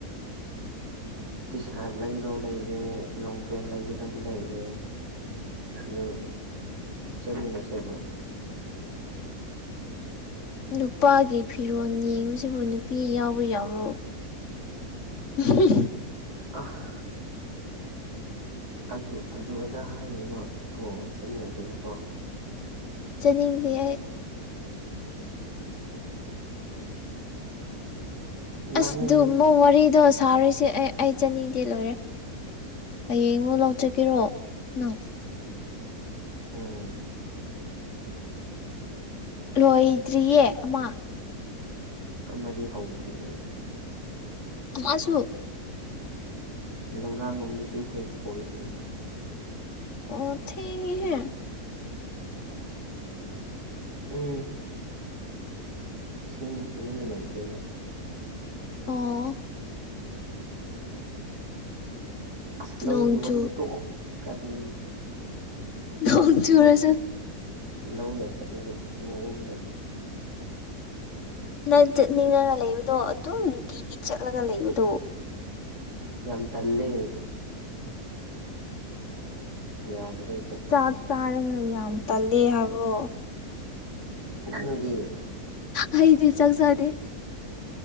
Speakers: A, on the right; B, on the left.
A: ꯇꯤ ꯁꯥꯠ ꯂꯩꯗꯧ ꯂꯩꯔꯦ ꯂꯣꯡꯄꯦꯟ ꯂꯩꯒꯗꯕ ꯂꯩꯔꯦ ꯑꯗꯨ ꯆꯠꯃꯤꯟꯅꯁꯦꯕ
B: ꯅꯨꯄꯥꯒꯤ ꯐꯤꯔꯣꯜ ꯌꯦꯡꯕꯁꯤꯕꯨ ꯅꯨꯄꯤ ꯌꯥꯎꯕ ꯌꯥꯎꯔꯣ ꯎ
A: ꯑꯍ ꯑꯗꯨ ꯑꯗꯨ ꯑꯗꯥ ꯍꯥꯏꯌꯨꯕ ꯀꯣꯛ ꯆꯠꯃꯤꯟꯅꯁꯕꯀꯣ
B: ꯆꯠꯅꯤꯡꯗꯦ ꯑꯩ
A: ꯅꯪ
B: ꯑꯁ ꯑꯗꯨ ꯃꯣꯏ ꯋꯥꯔꯤꯗꯣ ꯁꯥꯔꯤꯁꯦ ꯑꯩ ꯑꯩ ꯆꯅꯤꯗꯤ ꯂꯣꯏꯔꯦ ꯍꯌꯦꯡ ꯑꯃꯨ ꯂꯧꯆꯒꯦꯔꯣ ꯅꯪ
A: ꯑꯣꯝ
B: ꯂꯣꯏꯗ꯭ꯔꯤꯌꯦ ꯑꯃ
A: ꯑꯃꯗꯤ ꯍꯧꯗ꯭ꯔꯤꯌꯦ
B: ꯑꯁꯨ
A: ꯂꯧꯔꯥꯡ ꯑ ꯁꯨꯈ꯭ꯔꯦꯛ ꯀꯣꯏꯗꯦ
B: ꯑꯣ ꯊꯍꯦ
A: ꯎ ꯏꯁꯤꯡ ꯐꯖꯅ ꯂꯩꯇꯦꯕ
B: ꯑꯣ
A: ꯑꯁ ꯂꯧꯒꯤ
B: ꯅꯣꯡꯆꯨ
A: ꯋꯥꯔꯤ ꯇꯣꯛꯑꯣ ꯀꯔꯤ
B: ꯅꯣꯡ
A: ꯑꯩꯨꯕꯨ
B: ꯆꯨꯔꯁꯨ
A: ꯂꯧ ꯂꯧ ꯌꯥꯝ ꯆꯠꯅꯤꯡꯕ ꯃꯑꯣꯡꯗ
B: ꯅꯪ ꯆꯠꯅꯤꯡꯉꯒ ꯂꯩꯕꯗꯣ ꯑꯗꯨꯝ ꯅꯨꯡꯇꯤꯒꯤ ꯆꯠꯂꯒ ꯂꯩꯕꯗꯣ
A: ꯌꯥꯝ ꯇꯜꯂꯦ ꯌꯥ ꯑꯗꯨꯗ
B: ꯆꯥꯛ ꯆꯥꯔꯒ ꯌꯥꯝ ꯇꯜꯂ ꯍꯥꯏꯕ꯭ꯔꯣ
A: ꯅꯪꯗꯤ
B: ꯑꯩꯗꯤ ꯆꯥꯛ ꯆꯥꯗꯦ